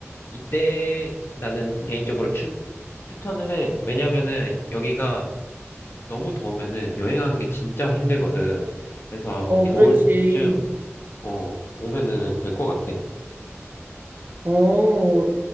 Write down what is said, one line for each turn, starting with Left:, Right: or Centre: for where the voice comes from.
Left: 이때 나는 개인적으로 추, 추천을 해. 왜냐면은 여기가 너무 더우면은 여행하는 게 진짜 힘들거든. 그래서 아마
Right: 어,
Left: 겨울쯤,
Right: 그렇지.
Left: 어, 오면은 될 것 같아.
Right: 어,